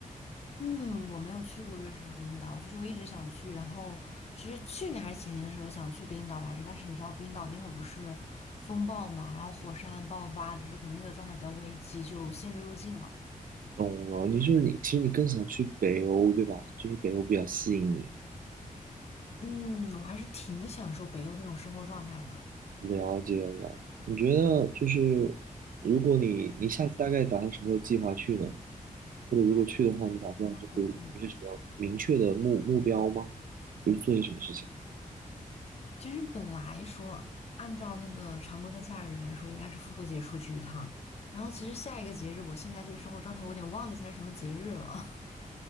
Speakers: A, on the left; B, on the right.
A: 嗯，我没有去过瑞士和冰岛，就是我一直想去，然后其实去年还是前年的时候想去冰岛来着，但是你知道冰岛那会儿不是风暴嘛，然后火山爆发，就是可能那个状态比较危机，就限制入境了。
B: 懂了，你就是你，其实你更想去北欧，对吧？就是北欧比较吸引你。
A: 嗯，我还是挺享受北欧那种生活状态的。
B: 了解了，你觉得就是如果你你下次大概打算什么时候计划去呢？或者如果去的话，你打算就是有些什么明确的目目标吗？
A: 嗯。
B: 就是做些什么事情？
A: 其实本来说，按照那个常规的假日来说，应该是复活节出去一趟。然后其实下一个节日，我现在这个生活状态，我有点忘记它是什么节日了。<laughs>